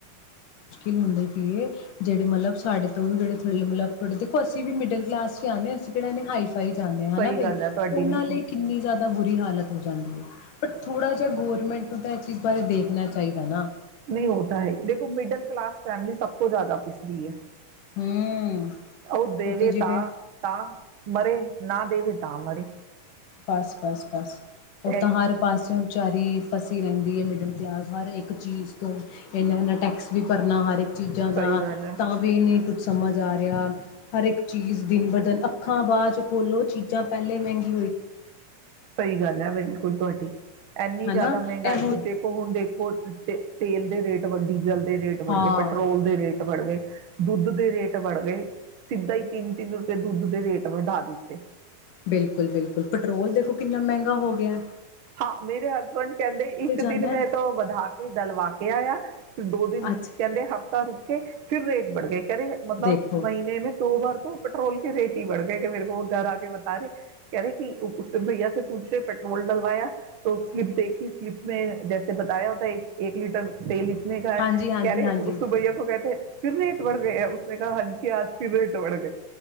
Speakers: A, on the left (about 70°); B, on the right (about 50°).
A: ਹੁੰਦੇ ਪੀਏ, ਜਿਹੜੇ ਮਤਲਬ ਸਾਡੇ ਤੋਂ ਵੀ ਜਿਹੜੇ ਥੱਲੇ ਮਲਬੇ ਦੇਖੋ ਅਸੀਂ ਵੀ ਮਿਡਲ ਕਲਾਸ ਚੇ ਆਂਨੇ ਆਂ ਅਸੀਂ ਕਿਹੜੇ ਏੱਨੇ ਹਾਈ ਪਾਏ ਜਾਂਨੇ ਹਾਂ
B: ਸਹੀ
A: ਨਾ ਬਈ,
B: ਗੱਲ ਹੈ ਤੁਹਾਡੀ
A: ਓਹਨਾਂ
B: ਬਿਲਕੁਲ
A: ਲਈ ਕਿੰਨੀ ਜ਼ਿਆਦਾ ਬੁਰੀ ਹਾਲਤ ਹੋ ਜਾਂਦੀ ਹੈ ਬ ਥੋੜਾ ਜ ਗੌਰਰਮੈਂਟ ਇਹ ਚੀਜ਼ ਬਾਰੇ ਦੇਖਣਾ ਚਾਹੀਦਾ ਨਾ
B: ਨਹੀਂ ਉਹ ਤਾਂ ਹੈ ਹੀ ਦੇਖੋ ਮਿਡਲ ਕਲਾਸ ਫੈਮਲੀ ਸਭ ਤੋਂ ਜ਼ਿਆਦਾ ਪਿਸਦੀ ਹੈ
A: ਹੂੰ।
B: ਓਹ ਦੇਵੇ
A: ਉਹ ਜਿਵੇਂ
B: ਤਾਂ ਤਾਂ ਮਰੇ ਨਾ ਦੇਵੇ ਤਾਂ ਮਰੇ।
A: ਬਸ ਬਸ ਬਸ, ਉਹ
B: ਇਹੀ
A: ਤਾਂ ਹਰ ਪਾਸੇਓ ਵਿਚਾਰੀ ਫਸੀ ਰਹਿੰਦੀ ਹੈ ਮਿਡਲ ਕਲਾਸ ਹਰ ਇੱਕ ਚੀਜ਼ ਤੋਂ ਇੰਨਾ ਇੰਨਾ ਟੈਕਸ ਵੀ ਭਰਨਾ ਹਰ ਇੱਕ ਚੀਜਾਂ ਦਾ,
B: ਸਹੀ ਗੱਲ ਹੈ
A: ਤਾਂ ਵੀ ਨੀ ਕੁੱਝ ਸਮਝ ਜਾ ਰੇਆ, ਹਰ ਏੱਕ ਚੀਜ਼ ਦਿਨ ਬ ਦਨ ਅੱਖਾਂ, ਬਾਅ ਚ ਖੋਲੋ ਚੀਜਾਂ ਪੈੱਲੇ ਮੈਂਗੀਆਂ
B: ਸਈ ਗੱਲ ਐ ਬ ਹੁਣ ਤੋਡੀ। ਐਂਨੀ
A: ਹਨਾ
B: ਜਆਦਾ ਮੈਂਗਾਈ
A: ਇਹ
B: ਦੇਖੋ ਹੁਣ ਦੇਖੋ, ਤੇਲ ਦੇ ਰੇਟ। ਡੀਜਲ ਦੇ ਰੇਟ ਬੜ
A: ਹਾਂ
B: ਗਏ, ਪੈਟਰੋਲ ਦੇ ਰੇਟ ਬੜ ਗਏ, ਦੁੱਧ ਦੇ ਰੇਟ ਬੜ ਗਏ। ਸਿੱਧਾ ਈ ਤਿੰਨ ਤਿੰਨ ਰੁਪਏ ਦੁੱਧ ਦੇ ਰੇਟ ਵਢਾ ਦਿੱਤੇ
A: ਬਿਲਕੁਲ-ਬਿਲਕੁਲ ਪਟਰੋਲ ਦੇਖੋ ਕਿੰਨਾ ਮੈਂਗਾ ਹੋ ਗੇਆ।
B: ਹਾਂ, ਮੇਰੇ ਹਸਬੰਡ ਕੈਂਦੇ ਇੱਕ
A: ਜਾਣਾ
B: ਦਿਨ
A: ਹੈ
B: ਮੈਂ ਤੋਂ ਵਧਾ ਕੇ ਦਲਵਾ ਕੇ ਆਇਆ ਫਿਰ ਦੋ ਦਿਨ,
A: ਅੱਜ
B: ਕੈਂਦੇ ਹਫ਼ਤਾ ਰੁਕ ਕੇ ਫਿਰ ਰੇਟ- ਬੜਗੇ ਕੈਰੇ ਮਤਲਬ
A: ਦੇਖੋ
B: ਮਹੀਨੇਂ ਦੋ ਬਾਰ ਤੋਂ ਪਟਰੋਲ ਰੇਟ ਹੀ ਬੜ ਗਏ ਕਿ ਮੇਰੇ ਕੋ ਘਰ ਆ ਕੇ ਬਤਾ ਰਹੇ ਕਹਿ ਰਹੇ ਕਿ ਉਸੇ ਭਈਆ ਸ ਪੱਛ ਰਹੇ ਪੈਟਰੋਲ <unintelligible> ਵਾਇਆ ਤਾਂ ਸਲਿਪ ਦੇਖੀ ਸਲਿਪ ਮੈਂ ਜੈਸੇ ਬਤਾਇਆ ਹੋਦਾ ਇੱਕ ਲੀਟਰ ਤੇਲ ਲਟਰ <unintelligible> ਨੇ ਕਿਹਾ
A: ਹਾਂਜੀ
B: ਕਹਿ
A: ਹਾਂਜੀ
B: ਰਹੇ
A: ਹਾਂਜੀ
B: ਬਕ ਭਆ ਕੋ ਕਹਿਤੇ <unintelligible> ਫਿਰ ਰੇਟ ਬੜ ਗਏ ਉਸਨੇ ਕਹਾ ਹਾਂਜੀ, ਆਜ ਫਿਰ ਰੇਟ ਬੜ ਗਏ।